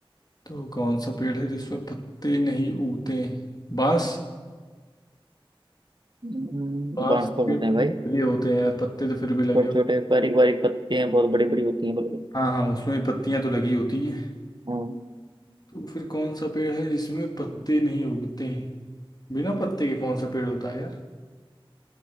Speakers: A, on the left; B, on the right.
A: तो कौन सा पेड़ है जिसमें पत्ते नहीं उगते हैं बांस
B: हम्म,
A: बांस
B: बांस पर
A: के
B: होते
A: पेड़
B: हैं भाई
A: में लगे होते हैं यार पत्ते तो फिर भी लगे
B: छोटे
A: होते
B: छोटे बारीक बारीक पत्ते हैं बहुत बड़ी बड़ी होती हैं बिल्कुल
A: हैं। हाँ हाँ उसमें पत्तियां तो लगी होती हैं
B: हम्म
A: तो फिर कौन सा पेड़ है जिसमें पत्ते नहीं उगते हैं बिना पत्ते के कौन सा पेड़ होता है यार